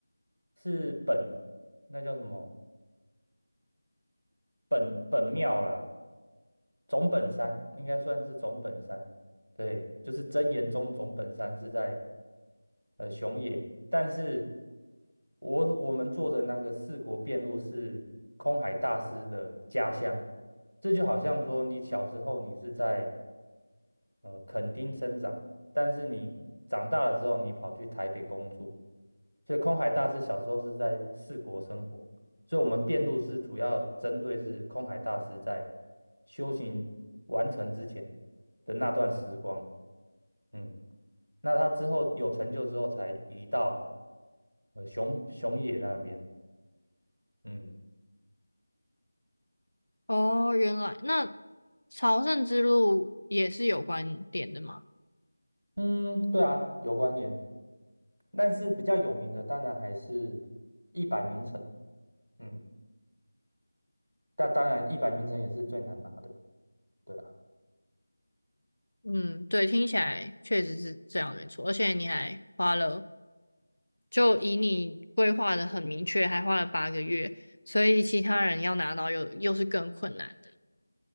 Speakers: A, on the right; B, on the left.
A: 是本，那叫什么？本本庙啦。总本山应该算是总本山，对，就是真言宗总本山是在呃熊野，但是我我们做的那个四国遍路是空海大师的家乡，这就好像说你小时候你是在呃垦丁生长，但是你长大了之后你跑去台北工作，所以空海大师小时候是在四国生活，所以我们辩论是主要针对是空海大师在修行完成之前的那段时光。嗯，那他之后有成就之后，才移到呃熊熊野那边。嗯
B: 哦，原来那朝圣之路也是有关点的嘛？
A: 嗯，对啊，有关联，但是比较有名的当然还是一百名城。嗯，但当然一百名城也是最难拿的。对啊。
B: 嗯，对，听起来确实是这样没错，而且你还花了，就以你规划的很明确，还花了八个月，所以其他人要拿到又又是更困难的。